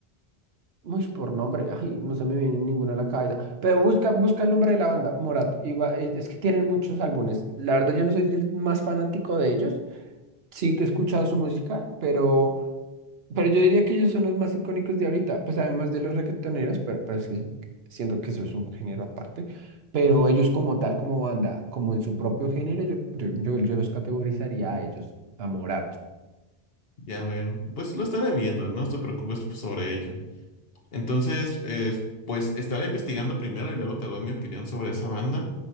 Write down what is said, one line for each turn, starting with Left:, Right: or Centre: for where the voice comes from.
Right: Uy, por nombre, ay, no se me viene ninguna a la cabeza. Pero busca, busca el nombre de la banda, Morat. Y va- es es que tienen muchos álbumes. La verdad, yo no soy el más fanático de ellos. Sí que he escuchado su música, pero, pero yo diría que ellos son los más icónicos de ahorita. Pues además de los reggaetoneros, pero, pero es que siento que eso es un género aparte. Pero ellos como tal, como banda, como en su propio género, yo, yo, yo, yo los categorizaría a ellos, a Morat.
Left: Ya veo. Pues lo estaré viendo, no te preocupes sobre ello. Entonces, eh, pues estaré investigando primero y luego te doy mi opinión sobre esa banda.